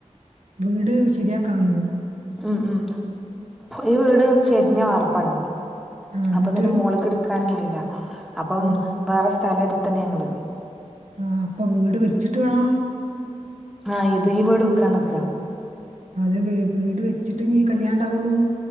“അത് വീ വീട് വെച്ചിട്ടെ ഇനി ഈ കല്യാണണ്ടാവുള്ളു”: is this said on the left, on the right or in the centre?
Right